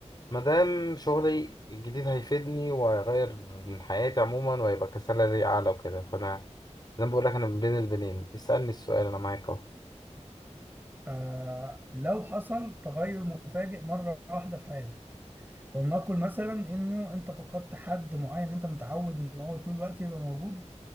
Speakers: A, on the left (about 35°); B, on the right (about 15°).
A: ما دام شغلي الجديد هيفيدني وهيغير من حياتي عموما وهيبقى كسالري أعلى وكده فأنا زي ما بقول لك أنا بين البنين اسألني السؤال أنا معاك أهو
B: آه لو حصل تغير مفاجئ مرة واحدة في حياتك ولنقل مثلا انه انت فقدت حد معين انت متعود ان هو طول الوقت يبقى موجود